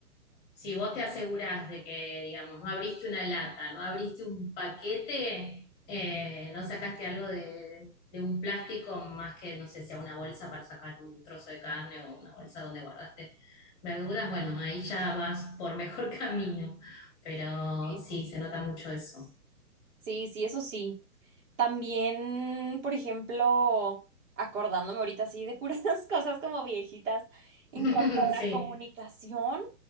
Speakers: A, on the left (about 20°); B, on the right (about 55°).
A: si vos te asegurás de que, digamos, no abriste una lata, no abriste un paquete, eh, no sacaste algo de, de un plástico más que, no sé, sea una bolsa para sacar un trozo de carne o una bolsa donde guardaste verduras, bueno, ahí ya vas por mejor <laughs> camino, pero
B: Sí.
A: sí, se nota mucho eso.
B: Sí, sí, eso sí. También, por ejemplo, acordándome ahorita así de puras <laughs> cosas como viejitas, en
A: <laughs>
B: cuanto a
A: Sí.
B: la comunicación,